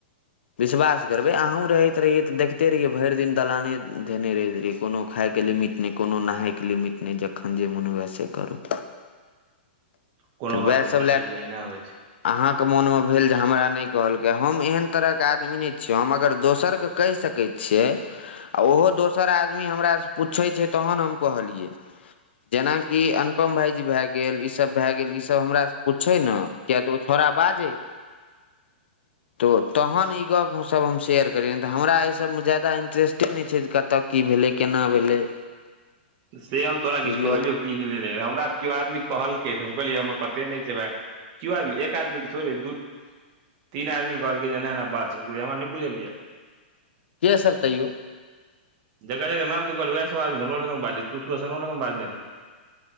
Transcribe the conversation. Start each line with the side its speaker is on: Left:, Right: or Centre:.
Left: विश्वास करबै अहूँ रहैत रहियै तऽ देखिते रहियै भरि दिन दलाने धने रहैत रहियै कोनो खायके लए मिट् अपने कोनो नहाायके लिमिट नहि जखन जे मोन हुए से करू
Right: कोनो
Left: तऽ
Right: बात
Left: उएह
Right: नहि
Left: सभ
Right: की
Left: लए
Right: करबै
Left: कऽ
Right: एहिना होइ छै
Left: अहाँके मोनमे भेल जे हमरा नहि कहलकै हम एहन तरहक आदमी नहि छियौ हम अगर दोसरके कहि सकै छियै आ ओहो दोसर आदमी हमरासँ पूछैत छै तहन हम कहलियै जेनाकि अनुपम भाईजी भए गेल ई सब भए गेल ई सब हमरा पूछे नऽ किया तऽ ओ छौड़ा बाजे तऽ तहन ई गप्प हमसभ हम शेयर करियनि तऽ हमरा एहिसभमे ज्यादा इंटरेस्टे नहि छै जे कत कतऽ की भेलै केना भेलै
Right: से हम तोरा किछु
Left: बुझलियै
Right: कहलियौ की भेलै हमरा केओ आदमी कहलकै तऽ कहलियै हमरा पते नहि छै भााय कओ आदमी एक आदमी के थोड़े दू तीन आदमी कहलक जे एना बात छै हमरा नहि बुझलिये
Left: के सब तैयो
Right: जकर जकर नाम तू कहलह उहेय सब आदमी तऽ हमरो लग बाजले तू तऽ सुदर्शन लऽ बाजने रहै